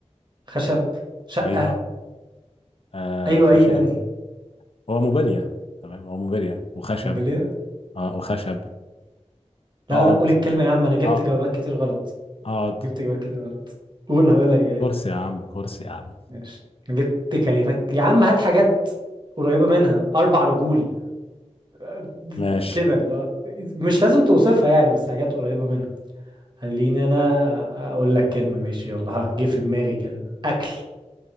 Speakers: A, on the right; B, on the left.
A: خشب شقة
B: ايوه آه
A: ايوه
B: خشب
A: ايه انهي
B: هو موبيليا تمام هو موبيليا وخشب
A: امال ايه
B: اه وخشب اقعد
A: لا لا قول الكلمة يا عم انا جبت
B: اه
A: جوابات كتير غلط
B: اقعد
A: جبت جوابات كتير غلط قول هقولها ايه
B: كرسي يا عم كرسي يا عم
A: ماشي جبت كلمات يا عم هات حاجات قريبة منها أربع رجول آه،
B: ماشي
A: كده لا مش لازم توصفها يعني بس حاجات قريبة منها خليني أنا أ- أقول لك كلمة ماشي يلا ها جه في دماغي كلمة أكل